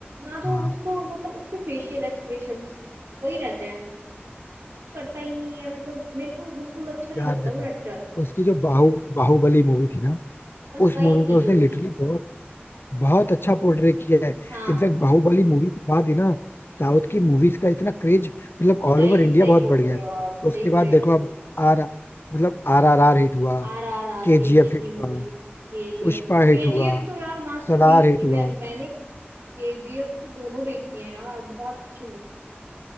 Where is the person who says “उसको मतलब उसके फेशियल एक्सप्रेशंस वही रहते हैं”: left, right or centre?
Right